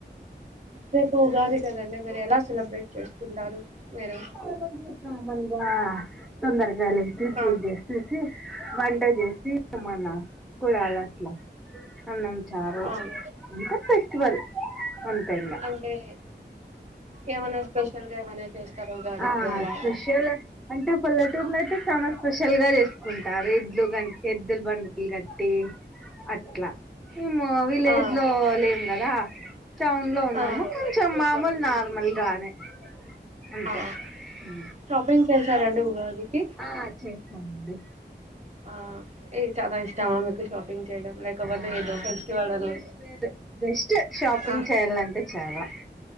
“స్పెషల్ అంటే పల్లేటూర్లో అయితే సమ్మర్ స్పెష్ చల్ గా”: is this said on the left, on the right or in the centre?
Centre